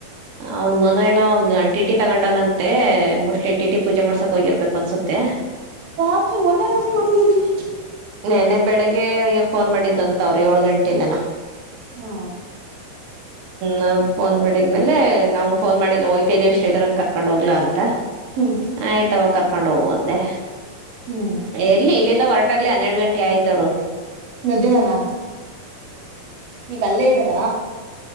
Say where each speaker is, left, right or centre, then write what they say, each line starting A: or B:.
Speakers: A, on the right; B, on the right.
A: ಅವನ ಮೊನ್ನೆ ಏನು ಟಿಟಿ ತಗೊಂಡವನಂತ ಮತ್ತೆ ಮೋಸ್ಟ್ಲಿ ಟಿಟಿ ಪೂಜೆ ಮಾಡ್ಸೋಕೆ ಹೋಗಿರ್ಬೇಕು ಅನ್ಸುತ್ತೆ
B: ರಾತ್ರಿ ಮೊನ್ನೆ ರಾತ್ರಿ ಮಾತಾಡಿದ್ರಿ
A: ನೆನ್ನೆ ಬೆಳಿಗ್ಗೆ ಅಯ್ಯ ಫೋನ್ ಮಾಡಿದ್ದಂತ ಅವರ ಏಳು ಗಂಟೆ ಇಲ್ಲನ ಹು
B: ಹ್ಮ
A: ನಾವು ಫೋನ್ ಮಾಡಿದ್ಮೇಲೆ ನವಾ ಫೋನ್ ಮಾಡಿಲ್ಲ ಹೊಯ್ತಿದಿವಿ ಶ್ರೀಧರನ ಕರ್ಕೊಂಡ್ ಹೋಗಲಾ ಅಂತ
B: ಹ್ಮ್
A: ಆಯ್ತವ ಕರ್ಕೊಂಡ್ ಕರ್ಕೊಂಡ್ ಹೋಗು ಅಂದೆ
B: ಹ್ಮ್
A: ಎಲ್ಲಿ ಇಲ್ಲಿಂದ ಹೊರಟಾಗಲಿ ಹನ್ನೆರಡು ಗಂಟೆ ಆಯ್ತವರು
B: ನದೀನನಾ ಈಗ ಅಲ್ಲೇ ಇದ್ದಾರ